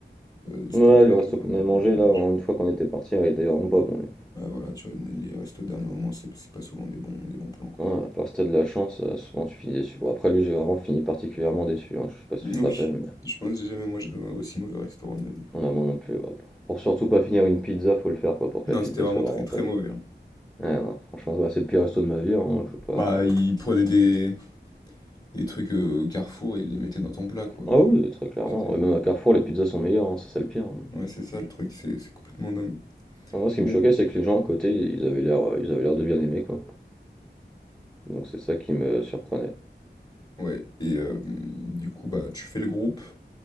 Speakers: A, on the left; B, in the centre.
A: euh, cet
B: Ouais,
A: été,
B: le
A: euh,
B: resto qu'on avait mangé
A: on devait mangé.
B: là, une fois qu'on était parti, il était vraiment pas bon. lui.
A: Ouais, voilà, tu vois, les restos au dernier moment, c'est c'est pas souvent des bons, des bons plans, quoi.
B: Ouais, à part si t'as de la chance, heu, souvent tu finis déçu. Bon après lui j'ai vraiment fini particulièrement déçu, hein, je sais pas
A: Oui,
B: si tu te rappelles mais
A: je pense que j'ai jamais mangé dans un aussi mauvais restaurant de ma vie, quoi.
B: non, moi non plus, bah, pour pour surtout pas finir une pizza, faut le faire quoi, pour que
A: Non,
B: la pizza
A: c'était vraiment
B: soit
A: très
B: vraiment
A: très
B: bonne.
A: mauvais. hein.
B: Ouais, non, franchement, bah, c'est le pire resto de ma vie, hein, je sais pas
A: Bah, ils prenaient des, des trucs euh, au Carrefour et ils les mettaient dans ton plat, quoi.
B: ah
A: Enfin,
B: oui, oui, très clairement,
A: c'était...
B: et même à Carrefour les pizzas sont meilleures, hein, c'est ça le pire, hein.
A: Ouais, c'est ça le truc, c'est c'est complètement dingue.
B: Non, Moi ce
A: Bon,
B: qui me choquait c'est que les gens à côté ils avaient l'air, heu, ils avaient l'air de bien aimer quoi, donc c'est ça qui me surprenait.
A: ouais, et euh, du coup, bah, tu fais le groupe,